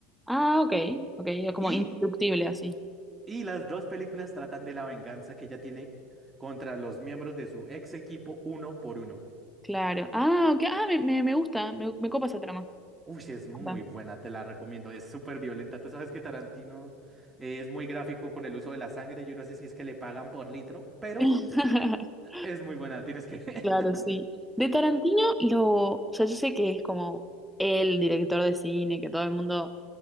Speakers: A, in the centre; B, on the right.
A: ah, ok, ok, como
B: Y,
A: indestructible así.
B: y las dos películas tratan de la venganza que ella tiene contra los miembros de su ex equipo uno por uno.
A: Claro. Ah, ok, ah, me, me, me gusta, me, me copa esa trama.
B: Uy, sí, es muy
A: Anda.
B: buena, te la recomiendo. Es súper violenta. Tú sabes que Tarantino es muy gráfico con el uso de la sangre. Yo no sé si es que le pagan por litro, pero
A: <laughs>
B: es muy buena. Tienes que. <laughs>
A: Claro, sí. De Tarantino, lo, o sea, yo sé que es como el director de cine, que todo el mundo